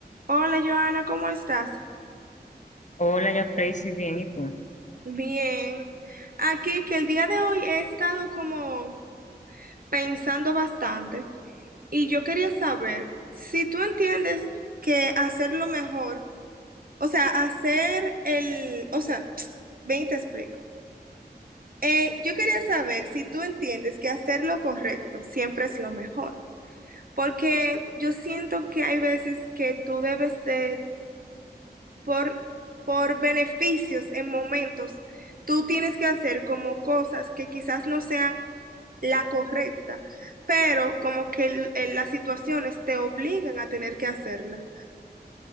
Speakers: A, on the right; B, on the left.
A: Hola Joana, ¿cómo estás?
B: Hola, ya Tracy, bien, ¿y tú?
A: Bien. Aquí que el día de hoy he estado como pensando bastante y yo quería saber si tú entiendes que hacer lo mejor, o sea, hacer el, o sea, <tsk> ven y te explico. Eh, yo quería saber si tú entiendes que hacer lo correcto siempre es lo mejor, porque yo siento que hay veces que tú debes de por, por beneficios en momentos, tú tienes que hacer como cosas que quizás no sean la correcta, pero como que el- el- las situaciones te obligan a tener que hacerla.